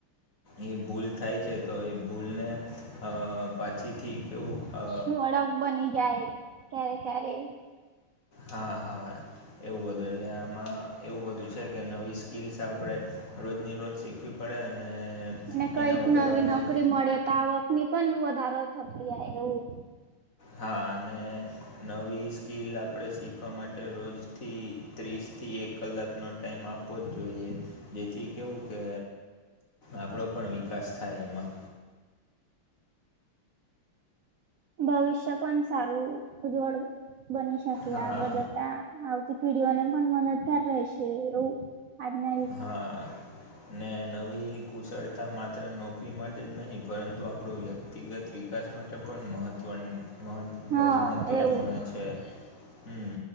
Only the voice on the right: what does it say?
સડક બની જાય ક્યારે ક્યારે
અને કઈક
નવી
નોકરી મળે તો આવકની પણ વધારો થતો જાય એવું.
ભવિષ્ય પણ સારું ઉજ્જવળ બની શકે
આગળ જતા - આવતી પીડીઓને પણ મદદગાર રહેશે એવું આજ.
હા
એવું